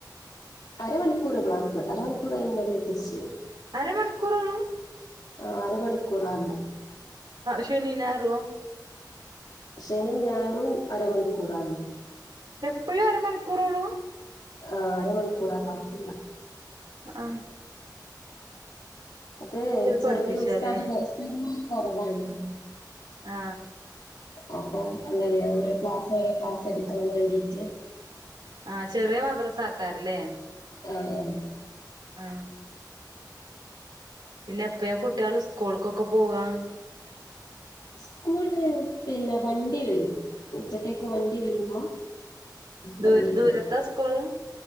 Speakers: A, on the left; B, on the right.
A: അരമണിക്കൂർ ക്ലാസ് അരമണിക്കൂർ കഴിഞ്ഞാല് തിരിച്ചു വരും
B: അരമണിക്കൂറുള്ളൂ
A: ആ അരമണിക്കൂറാന്ന്
B: ശനിയും ഞായറുമോ
A: ശനി ഞായറും അരമണിക്കൂറാന്ന്
B: എപ്പഴും അരമണിക്കൂറുള്ളൂ
A: ആ അരമണിക്കൂറാ ക്ലാസ്
B: ആ
A: അതെ ചെറിയ
B: പഠിപ്പിച്ചാലേ
A: <unintelligible>
B: ആ
A: അപ്പൊ അങ്ങനെയാ ഓരോ ക്ലാസ് ഓരോ ക്ലാസ് എടുക്കാൻ വേണ്ടിട്ട്
B: ആ ചെറിയ മദ്രസ ആക്കാരല്ലേ
A: ആ ആ
B: ആ പിന്നെ എപ്പഴാ കുട്ടികള് സ്കൂൾക്കൊക്കെ പോവാ
A: സ്കൂള് പിന്നെ വണ്ടി വരും, മുറ്റത്തേക്ക് വണ്ടി വരുമ്പോ
B: ദൂ
A: വണ്ടീ
B: ദൂരത്താ
A: കേറിപ്പോ
B: സ്കൂള്